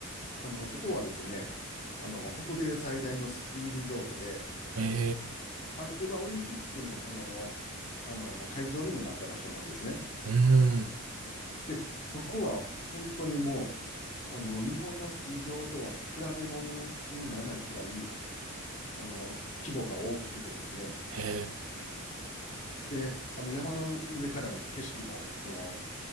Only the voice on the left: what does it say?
あの、そこはですね、あの、北米最大のスキーリゾートで、
バンクーバーオリンピックのその、あの、会場にもなった場所なんですね。
で、そこは本当にもう、あの、日本のスキー場とは比べ物にならないくらい、あの、規模が大きくてですね。
で、あの、山の上からの景色も、その、